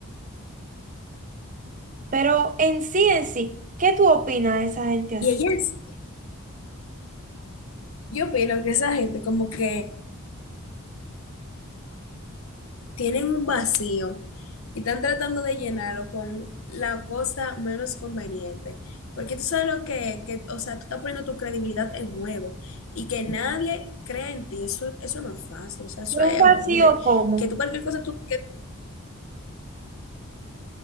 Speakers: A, on the right; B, on the left.
A: Pero en sí, en sí, ¿qué tú opinas de esa gente así?
B: Y ella es, yo opino que esa gente como que tienen un vacío y están tratando de llenarlo con la cosa menos conveniente. Porque tú sabes lo que, que, o sea, tú estás poniendo tu credibilidad en juego y que nadie crea en ti, eso, eso no es fácil, o sea, eso
A: Pero
B: es
A: un vacío
B: horrible.
A: como,
B: Que tú cualquier cosa, tú, que tú,